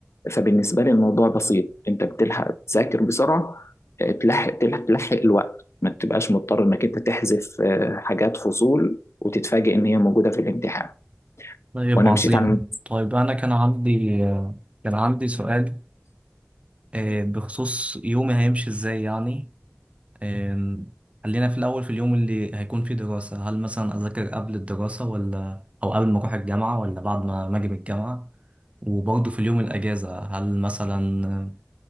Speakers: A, on the left; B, on the right.
A: فبالنسبه لي الموضوع بسيط انت بتلحق تذاكر بسرعه آه، تلحق تلحق الوقت ما تبقاش مضطر انك انت تحذف آه، حاجات فصول وتتفاجئ ان هي موجوده في الامتحان
B: طيب
A: وانا
B: عظيم
A: مشيت عن
B: طيب انا كان عندي كان عندي سؤال آه، بخصوص يومي هيمشي ازاي يعني آم، خلينا في الاول في اليوم اللي هيكون فيه دراسة هل مثلا اذاكر قبل الدراسة ولا او قبل ما اروح الجامعة ولا بعد ما ما اجي من الجامعة وبرضه في اليوم الاجازة هل مثلا